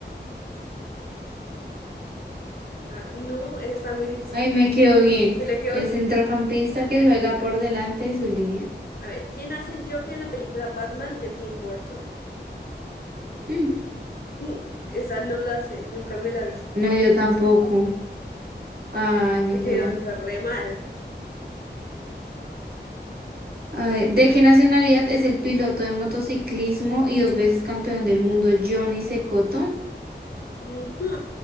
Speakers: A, on the left; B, on the right.
A: ah, no, esa está muy difícil.
B: Ay, me quedó bien.
A: Se le quedó.
B: El
A: <laughs>
B: centrocampista que juega por delante de su línea.
A: A ver, ¿quién hace el Joker en la película Batman de Tim Burton?
B: Mm,
A: Mm, esa no la sé, nunca me la he visto.
B: No, yo tampoco. Ay, me quedó
A: Que
B: mal.
A: nos quedó re mal.
B: A ver, ¿de qué nacionalidad es el piloto de motociclismo y dos veces campeón del mundo Johnny Cecotto?
A: Ujú,